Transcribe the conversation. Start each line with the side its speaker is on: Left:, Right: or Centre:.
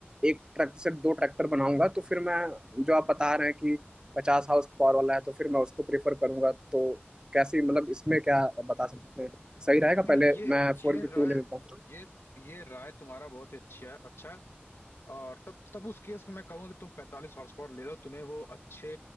Right: एक ट्रैक्टर से दो ट्रैक्टर बनाऊंगा तो फिर मैं जो आप बता रहे हैं कि पचास हाउस पावर वाला है तो फिर मैं उसको प्रेफर करूंगा तो कैसी मतलब इसमें क्या बता सकते हैं सही रहेगा
Left: ये
Right: पहले
Left: ये
Right: मैं फोर
Left: ये
Right: इंटू टू
Left: राय
Right: ले लेता हूँ
Left: ये ये राय तुम्हारा बहुत ही अच्छा है अच्छा है और तब तब उस केस में मैं कहूंगा कि तुम पैंतालीस हॉर्स पावर ले लो तुम्हें वो अच्छे